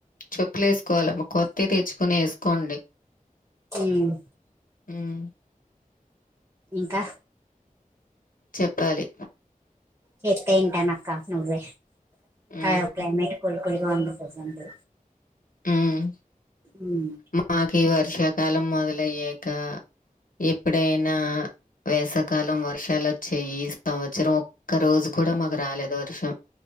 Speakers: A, on the left; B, on the right.
A: చెప్పులు వేసుకోవాలమా కొత్తవి తెచ్చుకోని వేసుకోండి
B: ఉమ్
A: ఉమ్
B: ఇంకా
A: చెప్పాలి
B: చెప్తే వింటాను అక్క నువ్వే
A: హ్మ్.
B: కైవ్ క్లైమేట్ కూల్ కూల్ గా ఉంది ప్రజెంట్
A: ఉమ్
B: మ్
A: మాకు ఈ వర్షాకాలం మొదలయ్యేక ఎప్పుడైనా వేసవి కాలం వర్షాలు వచ్చేయి ఈ సంవచ్చరం క్క రోజు కూడా మాకు రాలేదు వర్షం